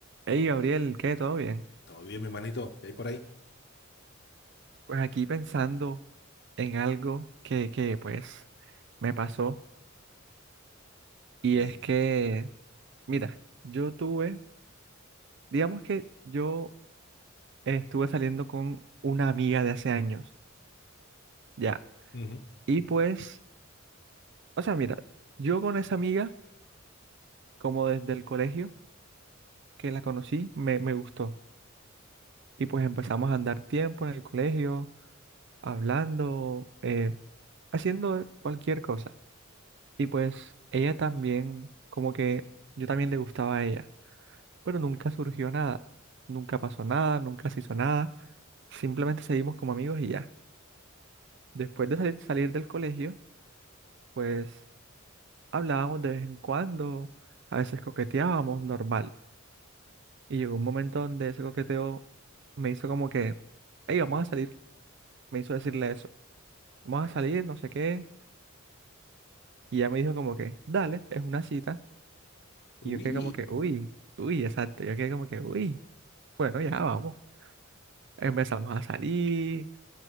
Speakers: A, on the right; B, on the left.
A: Hey Gabriel, ¿qué? ¿Todo bien?
B: Todo bien, mi hermanito ¿Qué hay por ahí?
A: Pues aquí pensando en algo que, que pues me pasó y
B: Bien.
A: es que, mira, yo tuve, digamos que yo estuve saliendo con una amiga de hace años, ya,
B: Ujú.
A: y pues, o sea, mira, yo con esa amiga, como desde el colegio que la conocí, me, me gustó y pues empezamos a andar tiempo en el colegio, hablando, eh, haciendo cualquier cosa. Y pues ella también, como que yo también le gustaba a ella, pero nunca surgió nada, nunca pasó nada, nunca se hizo nada, simplemente seguimos como amigos y ya. Después de salir, salir del colegio, pues hablábamos de vez en cuando, a veces coqueteábamos normal. Y llegó un momento donde ese coqueteo me hizo como que, hey, vamos a salir, me hizo decirle eso, vamos a salir, no sé qué, y ella me dijo como que, dale, es una cita,
B: Uy,
A: y yo quedé como que, uy, uy, exacto, yo quedé como que, uy, bueno, ya vamos. Empezamos a salir,